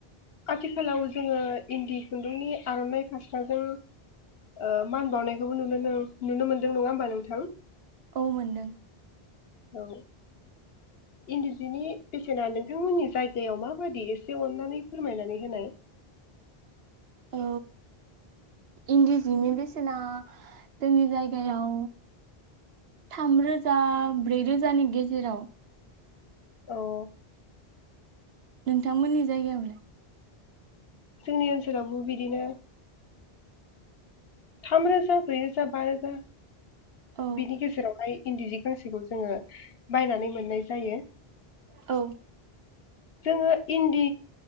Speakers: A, on the left; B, on the right.
A: आथिखालाव जोङो इन्दि खुन्दुंनि आरनाइ फास्राजों ओ मान बावनायखौबो नुनो नो नुनो मोनदों नङा होमबा नोंथां
B: औ मोनदों
A: औ इन्दि जिनि बेसेना नोंथांमोननि जायगायाव माबायदि एसे अननानै फोरमायनानै होनाय।
B: औ इन्दि जिनि बेसेना जोंनि जायगायाव थामरोजा ब्रैरोजानि गेजेराव।
A: औ
B: नोंथांमोननि जायगायावलाय?
A: जोंनि ओनसोलावबो बिदिनो। थामरोजा ब्रै रोजा बा रोजा
B: औ
A: बिनि गेजेरावहाय। इन्दि जि गांसेखौ जोङो बायनानै मोननाय जायो।
B: औ
A: जोङो इन्दि